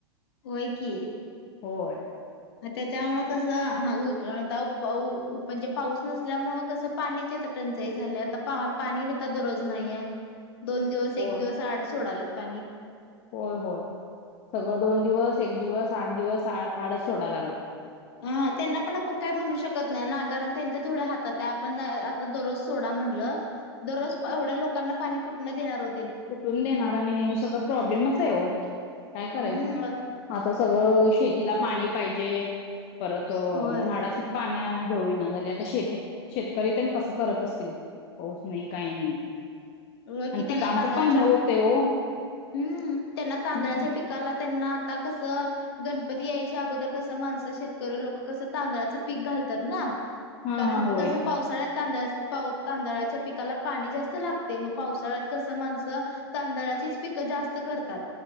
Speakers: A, on the left; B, on the left.
A: होय की
B: होय
A: त्याच्यामुळ कसं हाता म्हणजे पाऊस नसल्यामुळे कसं पाण्याची आता टंचाई झाली आता पा पाणीता दररोज नाही आहे दोन दिवस
B: हो
A: एक दिवस आठ सोडल्यात पणी
B: होय होय सगळं दोन दिवस एक दिवस आठ दिवस आडच सोडाय लागलेत
A: हा त्यांना पण आपण काय म्हणू शकत नाही ना कारण त्यांच्या थोड्या हात आपण आता दररोज सोडा म्हटलं दररोज एवढ्या लोकांना पाणी कुठणं देणार हो
B: तुटून देणार आणि हे सगळं प्रॉब्लेमच आहे हो काय करायचं
A: हम्म
B: आता सगळं शेतीला पाणी पाहिजे परत
A: होय.
B: झाडासणी पाणी घेऊना झा आता श शेतकरी त्यां कसं करत असतील पाऊस नाही काही नाही
A: रोय
B: आणि
A: कि
B: पिकांचं
A: त्यांना त
B: पण हे होते हो
A: हम्म त्यांना तांदळाच्या
B: हम्म
A: पिकाला त्यांना आता कसं गणपती यायच्या अगोदर कसं माणसं शेतकरी लोक कसं तांदळाचं पीक घालतात ना
B: हा
A: कारण
B: हा होय
A: कस पावसाळ्यात तांदळा पा तांदळाच्या पिकाला पाणी जास्त लागत ते मग पावसाळ्यात कसं माणसं तांदळाचीच पिकं जास्त करतात